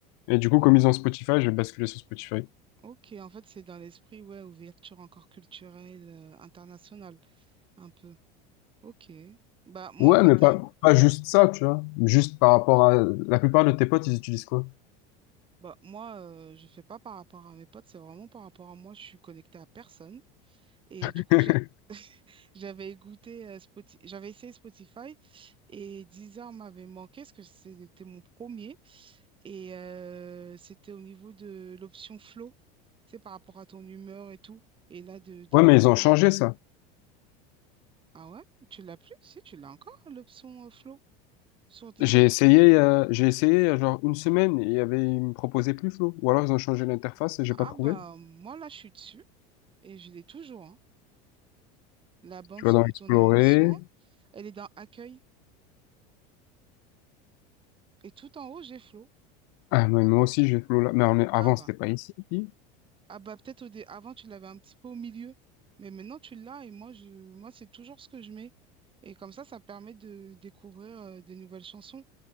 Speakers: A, on the left; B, on the right.
A: Et du coup,
B: O-
A: comme ils ont Spotify, je vais basculer sur Spotify.
B: ok, en fait, c'est dans l'esprit, ouais, ouverture encore culturelle, euh, internationale, un peu. Ok. Bah, moi,
A: Ouais,
B: en fait,
A: mais Euh, pas,
B: euh,
A: pas juste ça, tu vois. Juste par rapport à... La plupart de tes potes, ils utilisent quoi?
B: bah, moi, euh, je fais pas par rapport à mes potes, c'est vraiment par rapport à moi, je suis connectée à personne. Et
A: <laughs>
B: du coup, j'ai. <laughs> J'avais goûté euh, Spoti- j'avais essayé Spotify et Deezer m'avait manqué parce que c'était mon premier et euh, c'était au niveau de l'option flow, c'est par rapport à ton humeur et tout. Et là, de découvrir
A: Ouais, mais ils ont changé
B: des...
A: ça.
B: Ah ouais? Tu l'as plus? Si, tu l'as encore, l'option euh, flow sur Deezer.
A: J'ai essayé, euh, j'ai essayé euh, genre une semaine et il y avait, ils me proposaient plus Flow. Ou alors ils ont changé l'interface et j'ai
B: Ah
A: pas trouvé.
B: bah, moi là, je suis dessus et je l'ai toujours. hein. La bande
A: Tu vas
B: selon
A: dans Explorer.
B: ton émotion, elle est dans Accueil et tout en haut, j'ai flow.
A: Ah, mais moi aussi j'ai Flow là. Mais on est- avant
B: Ah bah.
A: c'était pas ici. Puis,
B: Ah bah peut-être au dé- avant tu l'avais un petit peu au milieu, mais maintenant tu l'as et moi je moi c'est toujours ce que je mets. Et comme ça, ça permet de découvrir euh, des nouvelles chansons.